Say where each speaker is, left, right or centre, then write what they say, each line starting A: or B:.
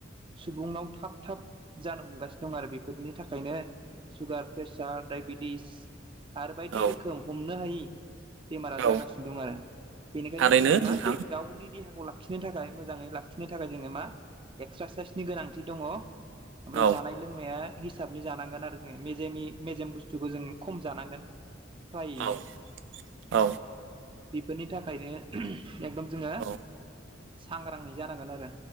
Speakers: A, on the right (about 30°); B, on the right (about 70°).
A: सुबुंुनाव थाब थाब जानो हमगासिनो दं आरो बेफोरनि थाखायनो सुगार प्रेसार डाइबेटिस आरो बायदि
B: औ
A: रोखोम हमनो हायि बेमारा
B: औ
A: जागासिनो दं आरो बेनिखायनो
B: थारैनो
A: जोङो मा
B: नोंथां
A: गावनि देहाखौ ला लाखिनो थाखाय मोजाङै लाखिनो थाखाय जोङो मा एक्सारसाइसनि गोनांथि दङ ओमफ्राय
B: औ
A: जानाय लोंनाया हिसाबनि जानांगोन आरो जोङो मेजेमनि मेजेम बुस्थुखौ जों खम जानांगोन फ्रायैनो
B: औ औ
A: बेफोरनि थाखायनो एकदम जोङो
B: औ
A: सांग्राङै जानांगोन आरो